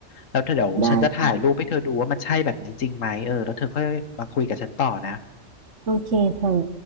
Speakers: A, on the left; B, on the right.
A: แล้วเธอเดี๋ยวฉันจะถ่ายรูปให้เธอดูว่ามันใช่แบบนี้จริงไหม
B: ได้
A: เออ แล้วเธอค่อยมาคุยกับฉันต่อนะ
B: โอเคเธอ